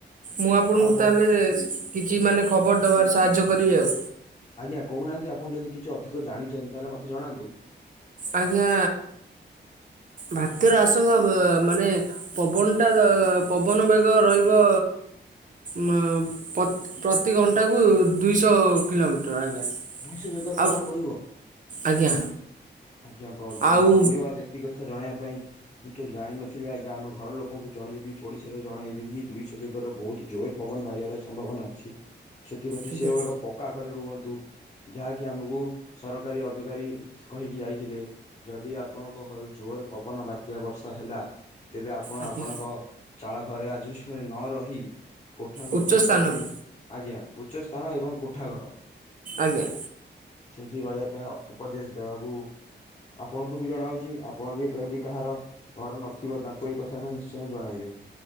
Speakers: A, on the right; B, on the left.
A: ମୁଁ ଆପଣଙ୍କୁ
B: ଆଉ ବ
A: ତାହେଲେ କିଛି ମାନେ ଖବର ଦବାରେ ସାହାଯ୍ୟ କରିବି ଆଉ।
B: ଆଜ୍ଞା କହୁନାହାନ୍ତି ଆପଣ ଯଦି କିଛି ଅଧିକ ଜାଣିଛନ୍ତି ତାହେଲେ ମତେ ଜଣାନ୍ତୁ।
A: ଆଜ୍ଞା ଭାତ୍ୟାର ଆସଙ୍କ ଅବ୍ ମାନେ ପବନଟା ପବନ ବେଗ ରହିବ ମ ଅମ୍ ପତ ପ୍ରତି ଘଣ୍ଟା କୁ ଦୁଇଶହ କିଲୋମିଟର ଆଜ୍ଞା।
B: ଦୁଇଶହ ବେଗର ପବନ
A: ଆଉ
B: ବହିବ।
A: ଆଜ୍ଞା।
B: ଆଜ୍ଞା ବନ୍ଧୁ
A: ଆଉ
B: ଧନ୍ୟବାଦ ଏତିକ କଥା ଜଣେଇବା ପାଇଁ। ମୁଁ ତ ଜାଣିନଥିଲି ଆଜ୍ଞା ଆମ ଘର ଲୋକଙ୍କୁ ଜଣେଇବି ପଡ଼ିଶାରେ ଜଣେଇବି ଇଏ ଦୁଇଶହ ବେଗର ବହୁତ ଜୋର ପବନ ବାହିବାର ସମ୍ଭାବନା ଅଛି। ସେଥିପ୍ରତି
A: ଆଜ୍ଞା
B: ସେଉ <unintelligible> ଏକ ପକ୍କା ଘରେ ରୁହନ୍ତୁ ଯାହାକି ଆମକୁ ସରକାରୀ ଅଧିକାରୀ କହିକି ଯାଇଥିଲେ ଯଦି ଆପଣଙ୍କ ଘରୁ ଜୋର ପବନ ବାତ୍ୟା ବର୍ଷା ହେଲା। ତେବେ ଆପଣ
A: ଆଜ୍ଞା
B: ଆପଣଙ୍କ ଚାଳ ଘରେ ଆଜବେଷ୍ଟ୍ ଘରେ ନ ରହି କୋଠା ଘରକୁ
A: ଉଚ୍ଚ
B: ଯିବା
A: ସ୍ଥାନକୁ
B: ପାଇଁ ଆଜ୍ଞା ଉଚ୍ଚ ସ୍ଥାନ ଏବଂ କୋଠା ଘର।
A: ଆଜ୍ଞା।
B: ସେଠି ରହିବା ପାଇଁ ଉପଦେଶ ଦେବାକୁ ଆପଣଙ୍କୁ ବି ଜଣାଉଛି ଆପଣ ବିତ ଯଦି କାହାର ଘର ନଥିବ ତାଙ୍କୁ ଏଇ କଥାଟ ନିଶ୍ଚୟ ଜଣାଇବେ।